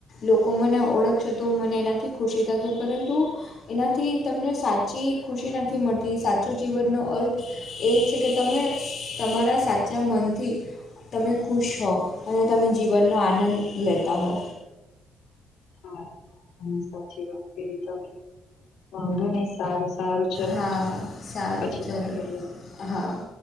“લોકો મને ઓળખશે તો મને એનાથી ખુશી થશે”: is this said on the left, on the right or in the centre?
Left